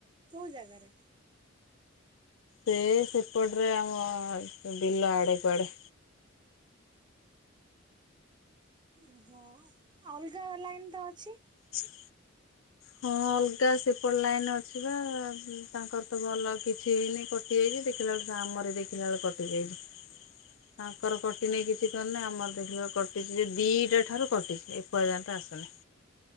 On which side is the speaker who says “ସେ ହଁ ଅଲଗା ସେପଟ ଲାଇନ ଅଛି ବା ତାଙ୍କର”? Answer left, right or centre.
Left